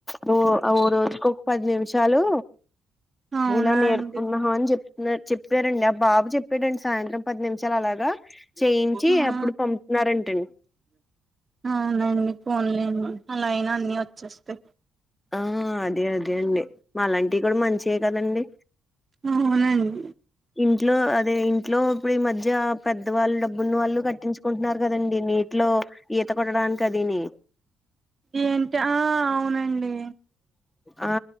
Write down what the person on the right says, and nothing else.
అవునా
అండి
ఆ
అవునండి ఫోన్లేండి అలా అయినా అన్ని వచ్చేస్తాయి
అవునండి
ఏంటా ఆ అవునండి